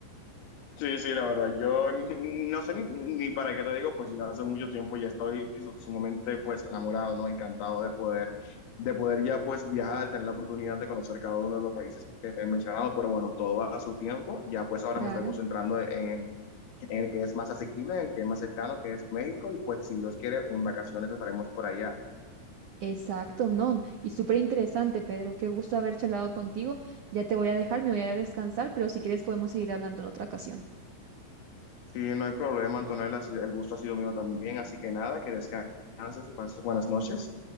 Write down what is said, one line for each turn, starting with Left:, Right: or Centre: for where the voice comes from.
Left: Sí, sí, la verdad, yo <laughs> n- no sé ni, ni para qué te digo, pues ya hace mucho tiempo ya estoy su- sumamente pues enamorado, ¿no? Encantado de poder, de poder ya pues viajar, de tener la oportunidad de conocer cada uno de los países que te he mencionado, pero bueno, todo a su tiempo, ya pues ahora
Right: Claro.
Left: me estoy concentrando en, en el que es más asequible, en el que es más cercano, que es México, y pues si Dios quiere, en vacaciones estaremos por allá.
Right: Exacto, no. Y súper interesante, Pedro. Qué gusto haber charlado contigo. Ya te voy a dejar, me voy a ir a descansar, pero si quieres podemos seguir hablando en otra ocasión.
Left: Sí, no hay problema, Antonella. ha sido- El gusto ha sido mío también. Así que nada, que descanses y pases buenas noches.